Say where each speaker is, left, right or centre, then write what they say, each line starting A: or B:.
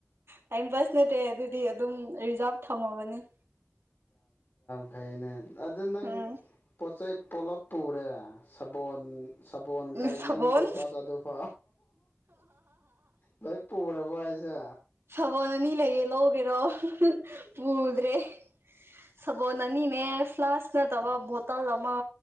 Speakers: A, on the right (about 80°); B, on the left (about 60°).
A: ꯇꯥꯏꯝ ꯄꯥꯁ ꯅꯠꯇꯦ ꯑꯗꯨꯗꯤ ꯑꯗꯨꯝ ꯔꯤꯖꯥꯔꯚ ꯊꯝꯃꯕꯅꯤ
B: ꯑꯩꯅ ꯑꯗꯨꯗ ꯅꯪ
A: ꯎꯝ
B: ꯄꯣꯠ ꯆꯩ ꯄꯣꯂꯞ ꯄꯨꯔꯦ ꯁꯥꯕꯣꯟ ꯁꯥꯕꯣꯟ ꯀꯔꯤ
A: ꯁꯕꯣꯜ
B: ꯅꯪ ꯇꯨꯠ ꯋꯥꯁ ꯑꯗꯨ ꯐꯣ ꯂꯣꯏ ꯄꯨꯔꯕꯣ ꯍꯥꯏꯁꯦ
A: ꯁꯕꯜ ꯑꯅꯤ ꯂꯩꯌꯦ ꯂꯧꯒꯦꯔꯣ ꯄꯨꯗ꯭ꯔꯦ ꯁꯕꯣ ꯑꯅꯤꯅꯦ ꯐ꯭ꯂꯥꯁ ꯅꯠꯇꯕ ꯕꯣꯇꯜ ꯑꯃ